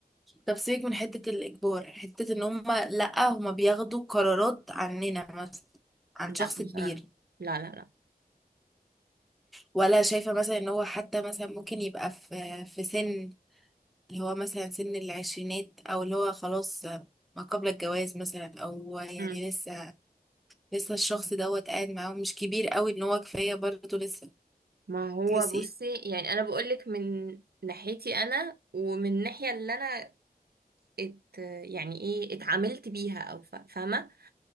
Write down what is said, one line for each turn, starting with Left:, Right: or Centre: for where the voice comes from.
Centre: طب سيبك من حته الاجبار حته ان هم لا هم بياخدوا قرارات عننا مثلا عن
Right: لأ
Centre: شخص
Right: بصراحة
Centre: كبير
Right: لا لا لا
Centre: ولا شايفه مثلا ان هو حتى مثلا ممكن يبقى في في سن اللي هو مثلا سن العشرينات او اللي هو خلاص ما قبل الجواز مثلا او يعني
Right: مم.
Centre: لسه لسه الشخص دوت قاعد معاهم مش كبير قوي ان هو كفايه برضه لسه
Right: ما هو
Centre: تحسي
Right: بصي
Centre: ايه
Right: يعني انا بقولك من ناحيتي انا ومن الناحية اللي انا ات يعني ايه اتعاملت بيها او ف- فاهمه